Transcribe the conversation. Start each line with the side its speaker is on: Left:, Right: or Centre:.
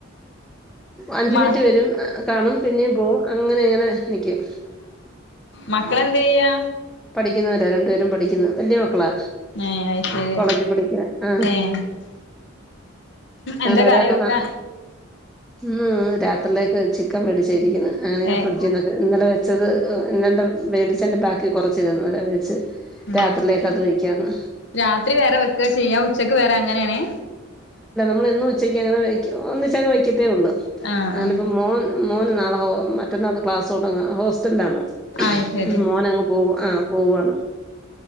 Centre: അഞ്ചു
Left: മ
Centre: മിനിറ്റ് വരും കാണും പിന്നേം പോവും അങ്ങനെ അങ്ങനെ നിക്കും
Left: മക്കളെന്തീയ്യാ
Centre: പഠിക്ക്‌ന്നവരാ രണ്ടുപേരും പഠിക്ക്‌ന്ന് വല്ല്യേ മക്കളാ
Left: ഏഹ് അയ്ശരി
Centre: കോളേജ് പഠിക്കാ ആ
Left: ഏഹ് എന്താ
Centre: അന ഒരാക്കുന്നാ
Left: കറി വെക്കാ
Centre: ഉ <unintelligible> <inaudible> രാത്രിയിലേക്ക് ചിക്കൻ മേടിച്ച ഇരിക്ക്ന്നെ അങ്ങനെ ഞാൻ
Left: ഏഹ്
Centre: ഫ്രിഡ്ജിന്ന് ന്നോക്കെ <unintelligible> ഇന്നലെ വെച്ചത് ഇന്നല്ല മേടിച്ചെന്റെ പാക്ക് കൊറച്ചിരുന്ന് ഞ വച്ച്
Left: ഉം
Centre: രാത്രിയിലേക്ക് അത് വെക്കാന്ന്
Left: രാത്രി വേറെ വെക്കെചെയ്യാ ഉച്ചക്ക് വേറെ അങ്ങനേണേ
Centre: നമ്മളെന്നും ഉച്ചക്ക് അങ്ങന വെക്കും ഒന്നിച്ചങ്ങന വെക്കത്തേള്ളൂ
Left: ആഹ്
Centre: അങ്ങനിപ്പൊ
Left: ആഹ്
Centre: മോൻ മോന് നാളെ മറ്റന്നാൾ ക്ലാസ് തുടങ്ങേണ് ഹോസ്റ്റൽലാണ്
Left: ആഹ് ശരി
Centre: മോനങ്ങ് പോവ ആ് പോവാണ്